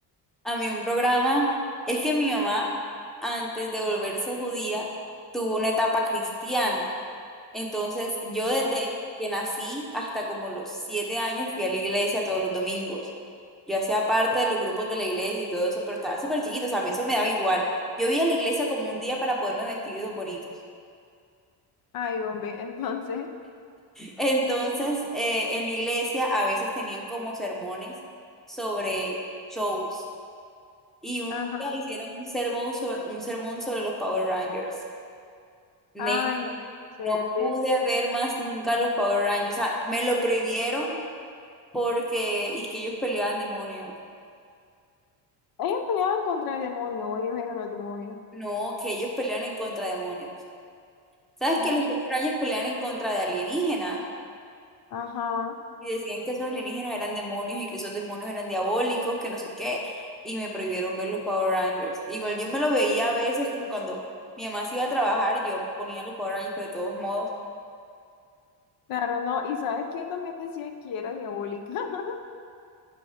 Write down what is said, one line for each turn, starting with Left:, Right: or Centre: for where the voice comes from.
Centre: A mí un programa, es que mi mamá, antes de volverse judía, tuvo una etapa cristiana. Entonces, yo desde
Left: No.
Centre: que nací hasta como los siete años fui a la iglesia todos los domingos. Yo hacía parte de los grupos de la iglesia y todo eso, pero estaba súper chiquito, o sea, a mí eso me daba igual. Yo iba a la iglesia como un día para poderme vestir de los bonitos.
Left: Ay, hombre, <laughs> entonces,
Centre: Entonces, eh, en la iglesia a veces tenían como sermones sobre shows. Y un
Left: ajá.
Centre: día hicieron un sermón sobre, un sermón sobre los Power Rangers. Nen,
Left: Ay, no, ser
Centre: no
Left: de...
Centre: pude ver más nunca los Power Rangers. O sea, me lo prohibieron porque, y que ellos peleaban demonios.
Left: Ellos peleaban contra el demonio, o ellos eran los demonios.
Centre: No, que ellos pelean en contra de demonios. ¿Sabes
Left: Ay,
Centre: que los Power Rangers pelean en contra de alienígenas?
Left: ajá,
Centre: Y decían que esos alienígenas eran demonios y que esos demonios eran diabólicos, que no sé qué, y me prohibieron ver los Power Rangers. Igual yo me lo veía a veces como cuando mi mamá se iba a trabajar, yo ponía los Power Rangers, pero de todos modos,
Left: claro, no. ¿Y sabes quién también decían que era mi abuelita? <laughs>